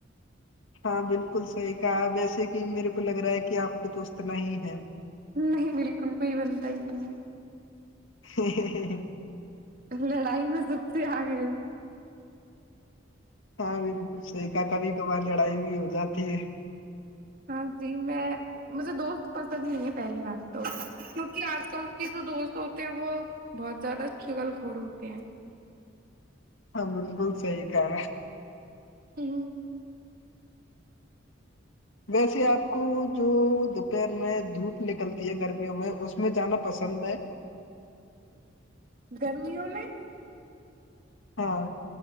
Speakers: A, on the left; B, on the right.
A: ہاں بالکل صحیح کہا ویسے کہ میرے کو لگ رہا ہے کہ آپ کو دو اتنا ہی ہے
B: نہیں بالکل کوئی بنتا ہی نہیں ہے
A: <unintelligible>
B: لڑائی میں سب سے آگئی ہوں
A: ہاں بالکل صحیح کہ کبھی کبھار لڑائی بھی ہو جاتی ہے
B: ہاں جی میں مجھے دوست پسند نہیں ہے پہلی بار تو کیونکہ آج کل کے جو دوست ہوتے ہیں وہ بہت زیادہ چگل گور ہوتے ہیں
A: ہاں بالکل صحی کہ ہے
B: <unintelligible>
A: ویسے آپ کو جو دوپہر میں دھوپ نکلتی ہے گرمیوں میں اس میں جانا پسند ہے
B: گرمیوں میں
A: <unintelligible>